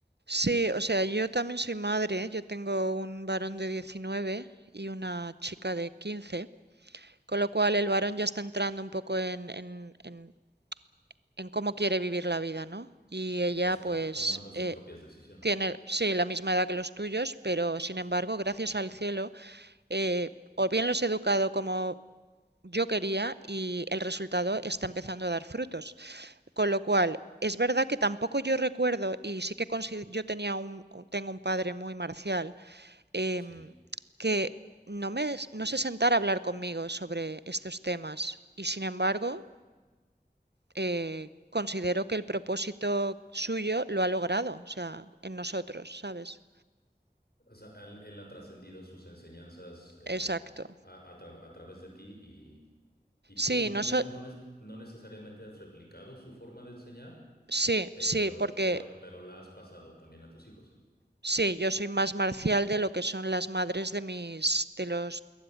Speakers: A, on the right (about 75°); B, on the left (about 65°).
A: Sí, o sea, yo también soy madre. Yo tengo un varón de 19 y una chica de 15, con lo cual el varón ya está entrando un poco en, en, en, en cómo quiere vivir la vida, ¿no? Y ella,
B: Está
A: pues,
B: tomando sus
A: eh,
B: propias decisiones.
A: Tiene, sí, la misma edad que los tuyos, pero sin
B: Sí,
A: embargo, gracias al cielo, eh, o bien los he educado como yo quería y el resultado está empezando a dar frutos. Con lo cual, es verdad que tampoco yo recuerdo, y sí que consi- yo tenía un, un- tengo un padre muy marcial, em,
B: sí.
A: que no me, no se sentara a hablar conmigo sobre estos temas. Y sin embargo, eh, considero que el propósito suyo lo ha logrado, o sea, en nosotros, ¿sabes?
B: O sea, él, él ha trascendido sus enseñanzas eh,
A: Exacto.
B: a, a tra- a través de ti y, y tú
A: Sí,
B: no,
A: no
B: nes-
A: so,
B: no, nes- no necesariamente has replicado su forma de enseñar,
A: sí,
B: pero,
A: sí, porque
B: pero, pero la has pasado también a tus hijos.
A: sí, yo soy más marcial de lo que son las madres de mis, de los